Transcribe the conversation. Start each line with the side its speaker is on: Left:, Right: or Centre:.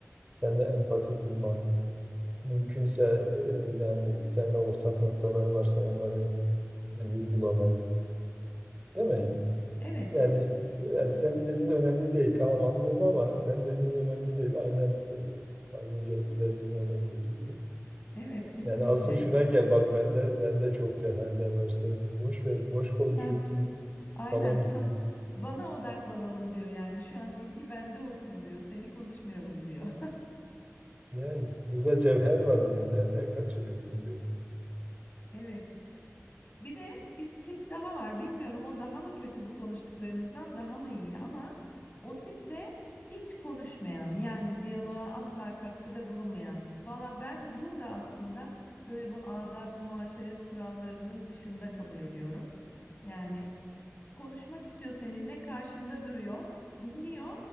Right: seninle empati kurmak, mümkünse e, yani seninle ortak noktaları varsa onları e, vurgulamak, değil mi?
Left: Evet.
Right: Yani, yani senin dediğin önemli değil. Tamam anlıyorum ama senin dediğin önemli değil. Aynen e, az önce verdiğin örnekteki gibi.
Left: Evet, kesinlikle.
Right: Yani asıl şuna gel bak bende bende çok cevherler var sen Boş ver, boş konuşuyorsun
Left: Heh, aynen.
Right: falan
Left: Sa-
Right: gibi.
Left: Bana odaklanalım diyor yani. Şu an ilgi bende olsun diyor. Seni konuşmayalım diyor.
Right: Yani burada cevher var diyor. Ne, ne kaçırıyorsun diyor.
Left: <laughs> Evet. Bir de bir tip daha var. Bilmiyorum o daha mı kötü bu konuştuklarımızdan daha mı iyi ama o tip de hiç konuşmayan yani diyaloğa asla katkıda bulunmayan tip. Valla ben bunu da aslında böyle bu adab-ı muaşeret kurallarının dışında kabul ediyorum. Yani konuşmak istiyor seninle karşında duruyor, dinliyor